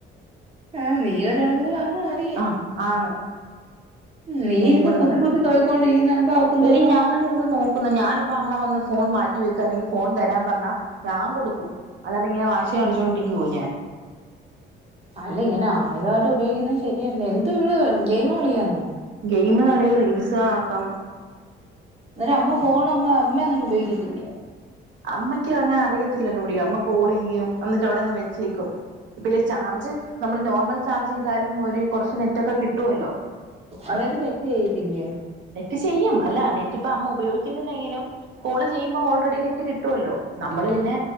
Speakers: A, on the right (about 30°); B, on the right (about 70°).
A: ആഹ നീ ഒരായാണെങ്കി പറണ അതി
B: ആ ആന്ന്
A: നീ
B: നീയും
A: ഇരുന്ന്
B: കൂടെ
A: കുത്തി
B: ത
A: കുത്തി നോയിക്കൊണ്ടിരിക്കുന്നതാണ്ണപ്പൊ അവക്കും
B: എടി
A: തോന്നും
B: ഞാൻ എന്ത് നോക്കുന്നു ഞാനിപ്പ അമ്മ വന്ന് ഫോൺ മാറ്റി വെക്ക അല്ലെങ്കിൽ ഫോൺ തരാൻ പറഞ്ഞ ഞാൻ കൊടുക്കും അല്ലാത ഇങ്ങനെ വാശി കാണിച്ചോണ്ടിരിക്കോ ഞാൻ
A: അല്ല ഇങ്ങനെ ആമിതമായിട്ട് ഉപയോഗിക്കുന്നത് ശരിയല്ല എന്തു ഇവള് ഗെയിം കളിയാന്നോ
B: ഗെയിമുകളി റീൽസ് ആക്കാം
A: അന്നേ രം അമ്മ ഫോൺ അമ്മ അമ്മ അങ്ങനെ ഉപയോഗിക്കത്തില്ലേ
B: അമ്മയ്ക്ക് അങ്ങനെ അറിയത്തില്ലല്ലോടി അമ്മ കോൾ ചെയ്യും വന്നിട്ട് അവിടെങ്ങ് വെച്ചേക്കും ഇപ്പെല്ലെ ചാർജ് നമ്മള് നോർമൽ ചാർജ് ചെയ്താലും ഒരു കൊറച്ച് നെറ്റ് ഒക്കെ കിട്ടുമല്ലോ
A: അയിനകത് നെറ്റ് കയ്യത്തില്ല്യോ
B: നെറ്റ് ചെയ്യും അല്ല നെറ്റ് ഇപ്പ അമ്മ ഉപയോഗിക്കുന്നില്ലെങ്കിലും കോള് ചെയ്യുമ്പോ ഓൾറെഡി നെറ്റ് കിട്ടുവല്ലോ നമ്മള്
A: ഉം
B: പിന്നെ